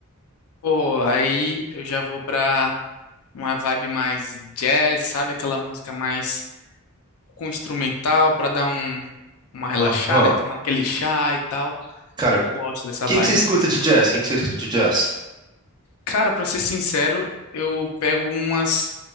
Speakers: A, on the left (about 70°); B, on the right (about 20°).
A: Pô, aí eu já vou pra uma vibe mais jazz, sabe? Aquela música mais com instrumental pra dar um, uma relaxada
B: Aham.
A: e tomar aquele chá e tal.
B: Cara,
A: Eu gosto dessa
B: quem
A: vibe
B: que você escuta
A: no fim de semana.
B: de jazz? Quem que você escuta de jazz?
A: Cara, pra ser sincero, eu pego umas